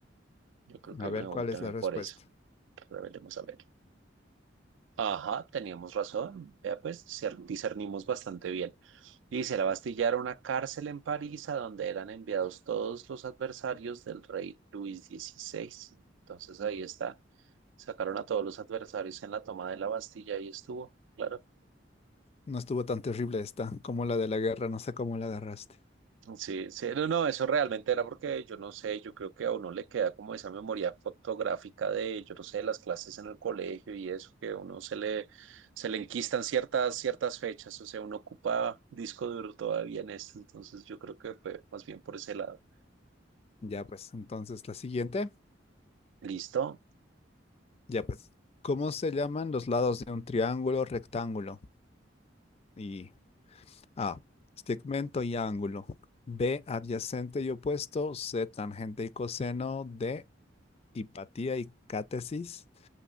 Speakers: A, on the right; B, on the left.
A: Yo creo que
B: A ver
A: me voy
B: cuál
A: también
B: es la respuesta.
A: por eso. Revelemos a ver. Ajá, teníamos razón. Ya pues cier- discernimos bastante bien. Dice, la Bastilla era una cárcel en París a donde eran enviados todos los adversarios del rey Luis XVI. Entonces ahí está. Sacaron a todos los adversarios en la toma de la Bastilla y estuvo. Claro.
B: No estuvo tan terrible esta como la de la guerra, no sé cómo la agarraste.
A: Sí, sí, no, no, eso realmente era porque yo no sé, yo creo que a uno le queda como esa memoria fotográfica de, yo no sé, las clases en el colegio y eso, que a uno se le, se le enquistan ciertas, ciertas fechas, o sea, uno ocupa disco duro todavía en esto, entonces yo creo que fue más bien por ese lado.
B: Ya pues, entonces la siguiente,
A: ¿Listo?
B: ya pues. ¿Cómo se llaman los lados de un triángulo rectángulo? Y A, segmento y ángulo. B, adyacente y opuesto. C, tangente y coseno. D, hipatía y cátesis.